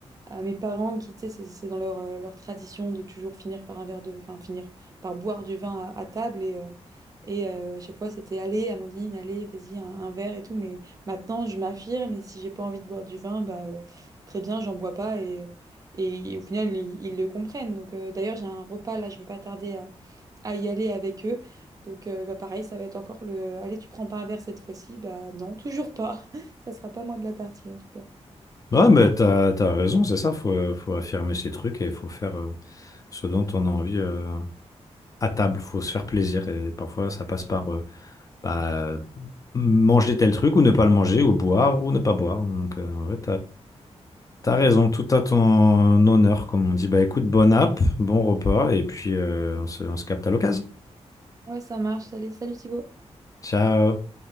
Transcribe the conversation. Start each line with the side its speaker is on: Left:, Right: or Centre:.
Right: à mes parents qui, tu sais, c'est c'est dans leur, euh, leur tradition de toujours finir par un verre de, enfin, finir par boire du vin à, à table. Et, euh, et euh, à chaque fois, c'était allez, Amandine, allez, vas-y, un, un verre et tout. Mais maintenant, je m'affirme et si j'ai pas envie de boire du vin, bah, euh, très bien, j'en bois pas. Et, et au final, ils, ils le comprennent. Donc, euh, d'ailleurs, j'ai un repas là, je vais pas tarder à y aller avec eux. Donc euh, bah, pareil, ça va être encore le allez, tu prends pas un verre cette fois-ci. Bah non, toujours pas. <laughs> Ça sera pas moi de la partie en tout cas.
Left: Ouais, mais t'as, t'as raison, c'est ça. Faut, euh, faut affirmer ses trucs et il faut faire euh, ce dont on a envie euh, à table. Faut se faire plaisir et parfois ça passe par euh, bah, manger tel truc ou ne pas le manger ou boire ou ne pas boire. Donc euh, en vrai, T'as raison, tout à ton honneur, comme on dit. Bah écoute, bonne app, bon repas, et puis euh, on se, on se capte à l'occasion.
Right: Ouais, ça marche. Allez, salut Thibaut.
Left: Ciao!